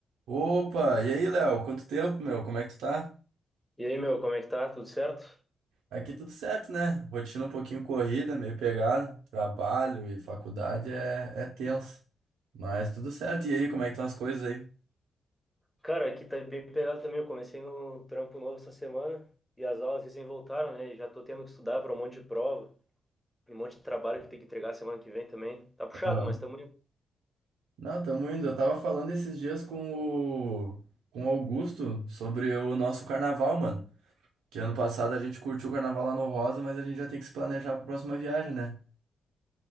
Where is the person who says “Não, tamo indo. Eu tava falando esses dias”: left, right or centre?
Right